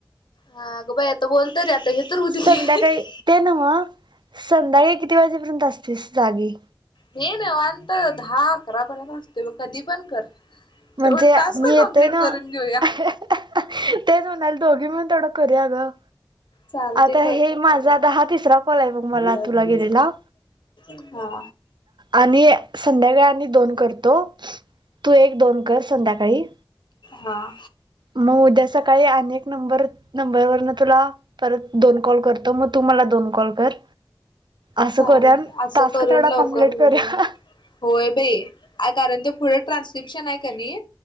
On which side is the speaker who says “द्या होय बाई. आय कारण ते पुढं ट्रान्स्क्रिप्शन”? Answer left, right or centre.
Left